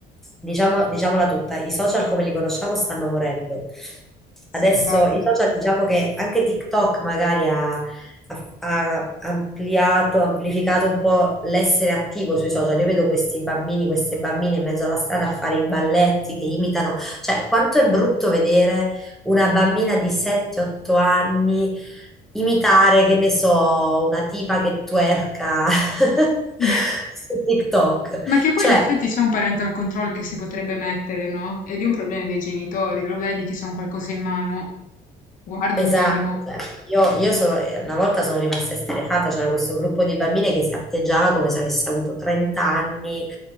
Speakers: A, in the centre; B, on the left.
A: diciamo, diciamola tutta, i social come li conosciamo stanno morendo.
B: Sì,
A: Adesso
B: infatti.
A: i social diciamo che anche TikTok magari ha, ha- ha ampliato, amplificato un po' l'essere attivo sui social. Io vedo questi bambini, queste bambine in mezzo alla strada a fare i balletti che imitano. Cioè, quanto è brutto vedere una bambina di 7-8 anni imitare, che ne so, una tipa che twerka <laughs>
B: <laughs>
A: su TikTok.
B: Ma che poi
A: Cioè,
B: in effetti c'è un parental control che si potrebbe mettere, no? Ed è di un problema dei genitori, lo vedi che c'è un qualcosa in mano, guarda
A: esatto,
B: un minimo.
A: cioè, io, io sono, eh, una volta sono rimasta esterrefatta, c'era questo gruppo di bambine che si atteggiava come se avesse avuto 30 anni, eh,